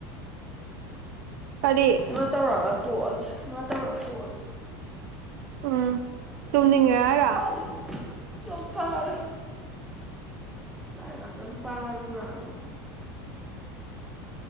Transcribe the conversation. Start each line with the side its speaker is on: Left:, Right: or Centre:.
Right: ꯀꯔꯤ
Centre: ꯁꯤꯃ ꯇꯧꯔꯒ ꯇꯣꯛꯑꯁꯤ ꯁꯤꯨꯃ ꯇꯧꯔꯒ ꯇꯣꯛꯑꯁꯤ
Right: ꯎꯝ ꯇꯨꯝꯅꯤꯡꯉꯦ ꯍꯥꯏꯔꯣ
Centre: ꯆ <unintelligible> <inaudible> ꯆꯣꯛꯊꯔꯦ ꯂꯥꯏꯔꯤꯛ ꯉꯥꯛꯇꯪ ꯄꯥꯔꯨꯕ꯭ꯔꯕꯨ